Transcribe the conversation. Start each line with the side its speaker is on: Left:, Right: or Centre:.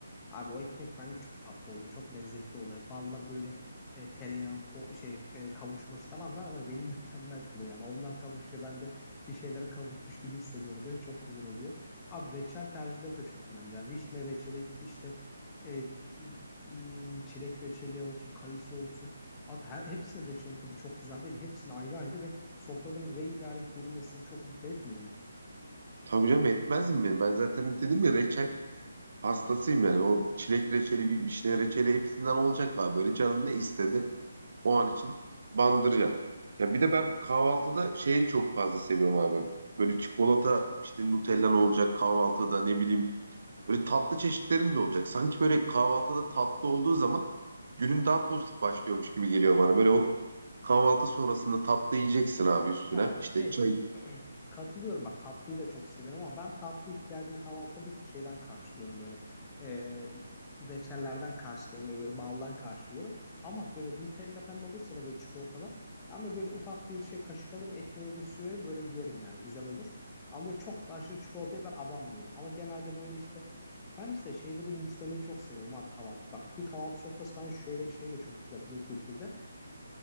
Left: Abi o ekmek bence çok tatlı oluyor. Çok lezzetli oluyor. Balla böyle e, tereyağın ko- şey e, kavuşması falan var ama beni <laughs> mükemmel kılıyor. Yani onlar kavuşunca ben de bir şeylere kavuşmuş gibi hissediyorum. Böyle çok güzel oluyor. Abi reçel tercihleri de çok önemli. Ya vişne reçeli işte e, m, çilek reçeli olsun, kayısı olsun. Abi her, hepsinin reçelinin tadı çok güzel değil mi? Hepsinin ayrı ayrı ve sofrada bir rengarenk görünmesi çok mutlu etmiyor mu?
Right: Tabii canım etmez mi? Ben zaten dedim ya reçel hastasıyım yani. O çilek reçeli, vi- vişne reçeli hepsinden olacak abi. Böyle canın ne istedi? O an için bandırcan. Ya bir de ben kahvaltıda şeyi çok fazla seviyorum abi. Böyle çikolata işte Nutella'n olacak kahvaltıda ne bileyim. Böyle tatlı çeşitlerin de olacak. Sanki böyle kahvaltıda tatlı olduğu zaman günün daha pozitif başlıyormuş gibi geliyor bana. Böyle o kahvaltı sonrasında tatlı yiyeceksin abi üstüne.
Left: Ya
Right: İşte
Left: şey
Right: çay.
Left: <clears throat> katılıyorum bak tatlıyı da çok severim ama ben tatlı ihtiyacımı kahvaltıda bir tık şeyden karşılıyorum böyle. Ee, reçellerden karşılayayım böyle, böyle baldan karşılıyorum. Ama böyle Nutella falan olursa da böyle çikolatalar ama böyle ufak bir şey kaşık alırım ekmeğimi bir sürerim böyle yerim yani güzel olur. Ama böyle çok da aşırı çikolataya ben abanmıyorum. Ama genelde böyle işte ben işte şeyleri mixlemeyi çok seviyorum abi kahvaltı. Bak bir kahvaltı sofrası ben şöyle şey de çok güzel bizim kültürde